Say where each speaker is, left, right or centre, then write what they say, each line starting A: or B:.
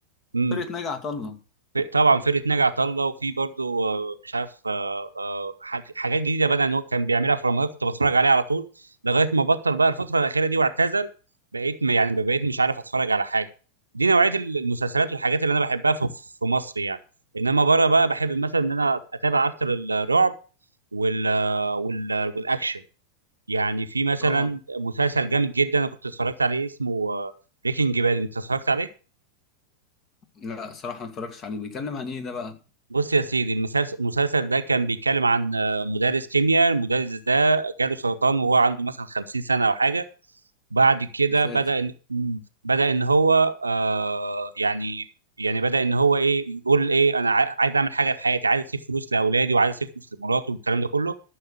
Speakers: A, on the right (about 80°); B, on the left (about 30°).
A: مم.
B: فرقة ناجي عطا الله
A: ف- طبعا فرقه ناجي عطا الله وفي برضو آه، مش عارف آه، آه، حاج- حاجات جديده بدا إن هو كان بيعملها في رمضان كنت بتفرج عليه على طول لغايه ما بطل بقى الفتره الاخيره دي واعتزل بقيت م- يعني بقيت مش عارف اتفرج على حاجه دي نوعيه المسلسلات والحاجات اللي انا بحبها في في مصر يعني انما بره بقى بحب مثلا ان انا اتابع اكتر الرعب وال وال والاكشن يعني في مثلا
B: اه
A: مسلسل جامد جدا انا كنت اتفرجت عليه اسمه بريكنج باد انت اتفرجت عليه
B: لا صراحة ما اتفرجتش عليه بيتكلم عن ايه ده بقى
A: بص يا سيدي المسلسل المسلسل ده كان بيتكلم عن آه، مدرس كيمياء المدرس ده جاله سرطان وهو عنده مثلا 50 سنة أو حاجة بعد كده
B: مسلسل
A: بدأ إن م- بدأ إن هو آه يعني يعني بدأ إن هو إيه يقول إيه أنا عا- عايز أعمل حاجة في حياتي عايز أسيب فلوس لأولادي وعايز أسيب فلوس لمراتي والكلام ده كله